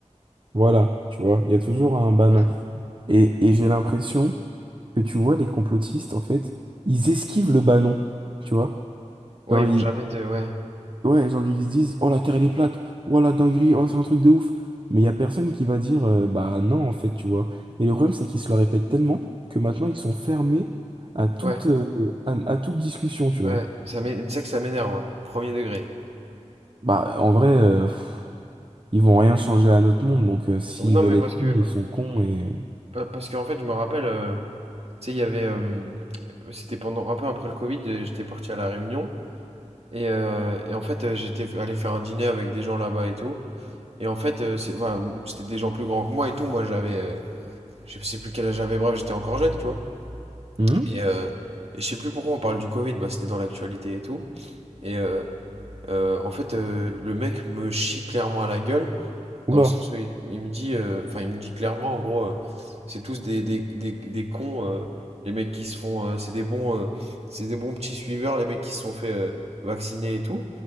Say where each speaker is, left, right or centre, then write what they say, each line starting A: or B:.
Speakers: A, on the right (about 40°); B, on the right (about 55°).
A: voilà, tu vois, il y a toujours un banon.
B: Ouais.
A: Et, et j'ai l'impression que tu vois, les complotistes, en fait, ils esquivent le banon, tu vois?
B: Ouais,
A: Genre,
B: ils
A: ils,
B: vont jamais te. Ouais.
A: ouais, genre, ils se disent, oh, la Terre, elle est plate, oh, la dinguerie, oh, c'est un truc de ouf. Mais il y a personne qui va dire, euh, bah, non, en fait, tu vois. Et le problème, c'est qu'ils se le répètent tellement que maintenant, ils sont fermés à toute,
B: Ouais.
A: euh, à à toute discussion, tu
B: Ouais.
A: vois.
B: Ça m'é- Tu sais que ça m'énerve, hein. Premier degré.
A: Bah, en vrai, euh, pff, ils vont rien changer à notre monde, donc euh, s'ils
B: Non,
A: veulent
B: mais
A: être
B: parce que.
A: cons, ils sont cons et...
B: pa- Parce qu'en fait, je me rappelle. euh, tu sais, il y avait. euh, c'était pendant un peu après le Covid, et j'étais parti à La Réunion. Et, euh, et en fait, euh, j'étais allé faire un dîner avec des gens là-bas et tout. Et en fait, euh, c'est, voilà c'était des gens plus grands que moi et tout. Moi, j'avais. euh, je sais plus quel âge j'avais, bref, j'étais encore jeune, tu vois.
A: Mhm.
B: Et, euh, et je sais plus pourquoi on parle du Covid, bah, c'était dans l'actualité et tout. Et euh, euh, en fait, euh, le mec me chie clairement à la gueule. Dans
A: Oula,
B: le sens où il, il me dit, euh, enfin, il me dit clairement, en gros, euh, c'est tous des, des, des, des cons, euh, les mecs qui se font, euh, c'est des bons, euh, c'est des bons petits suiveurs, les mecs qui se sont fait euh, vacciner et tout.